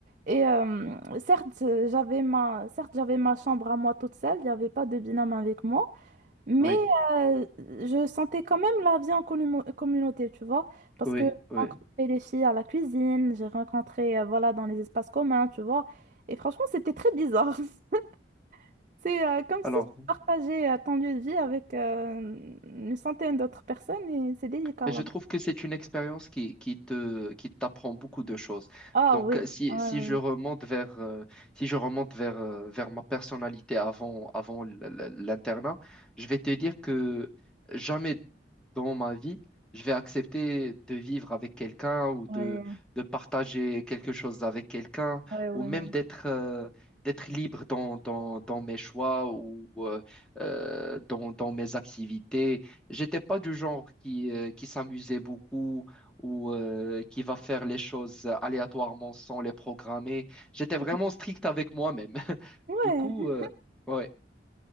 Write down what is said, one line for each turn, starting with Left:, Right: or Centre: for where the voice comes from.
Right: Et euh, certes, euh, j'avais ma, certes, j'avais ma chambre à moi toute seule, il n'y avait pas de binôme avec moi, mais
Centre: Oui,
Right: euh, je sentais quand même la vie en communo- communauté, tu vois, parce
Centre: oui,
Right: que j'ai
Centre: oui.
Right: rencontré les filles à la cuisine, j'ai rencontré, euh, voilà, dans les espaces communs, tu vois, et franchement, c'était très bizarre. <laughs> C'est euh, comme
Centre: Alors,
Right: si tu partageais euh, ton lieu de vie avec euh, une centaine d'autres personnes et c'est délicat.
Centre: Mais
Right: là.
Centre: je trouve que c'est une expérience qui, qui te, qui t'apprend beaucoup de choses.
Right: Ah
Centre: Donc,
Right: oui,
Centre: euh, si,
Right: ouais,
Centre: si je remonte vers, euh, si je remonte vers, euh, vers ma personnalité avant, avant l- l- l'internat, je vais te dire que jamais dans ma vie, je vais accepter de vivre avec quelqu'un ou de,
Right: ouais, ouais,
Centre: de partager quelque chose avec quelqu'un
Right: ouais, ouais, ouais.
Centre: ou même
Right: ouais, moi
Centre: d'être euh, d'être libre dans, dans, dans mes choix ou euh, euh, dans, dans mes activités. J'étais pas du genre qui, euh, qui s'amusait beaucoup ou euh, qui va faire les choses aléatoirement sans les programmer. J'étais
Right: aussi.
Centre: vraiment strict avec moi-même. <laughs>
Right: Ouais.
Centre: Du coup, euh, ouais.